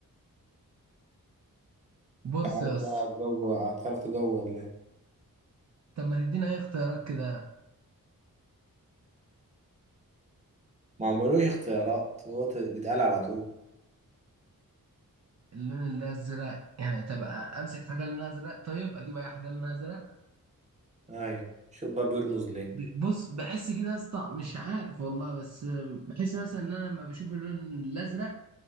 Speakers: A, on the right; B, on the right.
A: بص
B: تعرف
A: يا اسطى
B: بقى تجوع هتعرف تجوع ولا إيه؟
A: طب ما تدينا اي اختيارات كده
B: ما عملوش اختيارات هو ت- بيتقال على طول
A: اللون الازرق يعني طب امسك حاجه لونها ازرق طيب اجيب اي حاجه لونها ازرق
B: أيوة شوف بقى بيرمز ليه
A: ب- بص بحس كده يا اسطى مش عارف والله بس بحس مثلا ان انا لما بشوف اللون الازرق